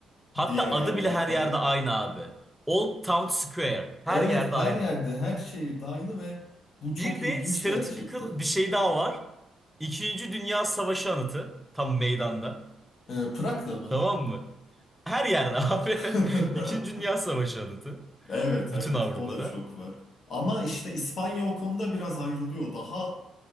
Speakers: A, in the centre; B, on the left.
A: Hatta
B: diğer
A: adı
B: yerler
A: bile her
B: falan.
A: yerde aynı abi. Old Town Square. Her
B: Evet
A: yerde
B: her
A: aynı.
B: yerde her şehirde aynı ve bu çok
A: Bir de
B: ilginç
A: stereotypical
B: gerçekten.
A: bir şey daha var. İkinci Dünya Savaşı anıtı. Tam meydanda.
B: E, Prag'da mı?
A: Tamam mı? Her yerde abi.
B: <laughs>
A: <laughs> İkinci Dünya Savaşı anıtı.
B: Evet
A: Bütün
B: evet
A: Avrupa'da.
B: o da çok var. Ama işte İspanya o konuda biraz ayrılıyor. Daha